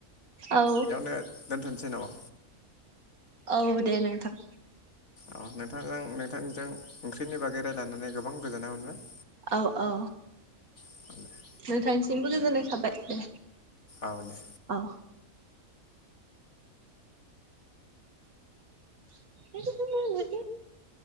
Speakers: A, on the right; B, on the left.
A: औ
B: बेआवनो दोनथ'नो जेन'बा
A: औ दे नोंथां।
B: औ नोंथांजों नोंथांजों ओंख्रिनि बागै रायज्लायनानै गोबां गोजोननाय मोनबाय।
A: औ औ
B: मोनबाय
A: नोंथांसिमबो गोजोननाय थाबाय दे।
B: औ दे।
A: औ। <unintelligible>